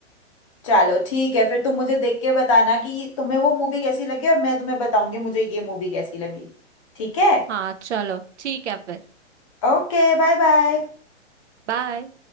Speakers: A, on the left; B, on the right.
A: चलो ठीक है फिर तुम मुझे देख के बताना कि तुम्हें वो मूवी कैसी लगी और मैं तुम्हें बताऊंगी मुझे ये मूवी कैसी लगी ठीक है
B: हाँ चलो ठीक है फिर
A: Okay bye bye
B: बाय